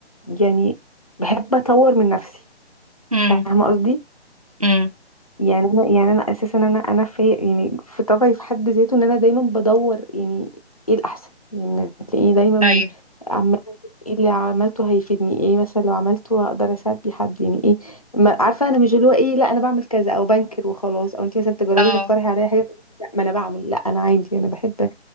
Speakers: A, on the left; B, on the right.
A: يعني بحب اطور من نفسي
B: امم
A: فاهمه قصدي
B: امم
A: يعني انا يعني انا اساسا انا انا في يعني في طبعي في حد ذاته ان انا دايما بدور يعني ايه الاحسن يعني تلاقيني دايما
B: ايوه
A: عماله أشوف ايه اللي عملته هيفيدني ايه مثلا لو عملته هقدر اساعد بيه حد يعني ايه ما عارفه انا مش اللي هو ايه لا انا بعمل كذا او بنكر وخلاص او انت مثلا تجربي
B: اه
A: تقترحي عليا حاجه لا ما انا بعمل لا انا عادي انا بحب